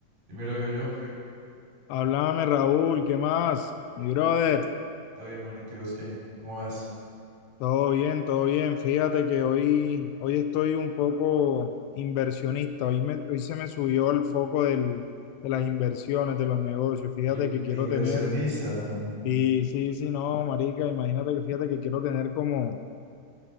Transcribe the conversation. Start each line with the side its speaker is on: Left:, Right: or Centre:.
Right: Y me lo vio John Fer.
Left: Háblame, Raúl, ¿qué más? Mi brother,
Right: Todo bien, manito. ¿Y vos qué? ¿Cómo vas?
Left: todo bien, todo bien. Fíjate que hoy, hoy estoy un poco inversionista. Hoy, me- hoy se me subió el foco del, de las inversiones, de los negocios. Fíjate
Right: In-
Left: que quiero
Right: inversionista.
Left: tener,
Right: mm,
Left: y sí, sí, no, marica, imagínate que fíjate que quiero tener como,